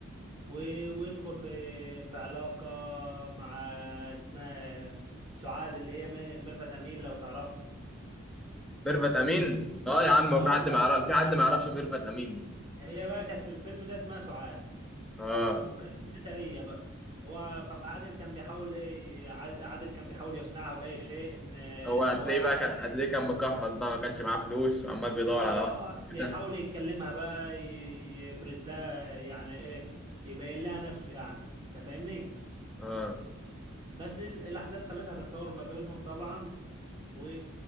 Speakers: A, on the right; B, in the centre.
A: و- ويدخل في في علاقه مع اسمها سعاد اللي هي م- ميرفت امين لو تعرفها
B: ميرفت امين
A: انت-
B: اه يا عم
A: اه
B: هو في حد
A: كانت
B: ما يعرف في حد
A: كانت-
B: ما يعرفش ميرفت امين
A: هي بقى كانت في الفيلم ده اسمها سعاد
B: اه
A: وكانت فتاة سريه بقى هو فعادل كان بيحاول ايه عادل كان بيحاول يقنعها باي شيء ان ان
B: هو هتلاقيه
A: هو يعني
B: بقى كان هتلاقيه كان مكحرت بقى ما كانش معاه فلوس وعمال بيدور
A: اه
B: على واحد كده
A: بيحاول يتكلمها بقى ي- يبرز لها يعني ايه يبين لها نفسه يعني انت فاهمني
B: اه
A: بس ال- الاحداث خلتها تتطور ما بينهم طبعا و...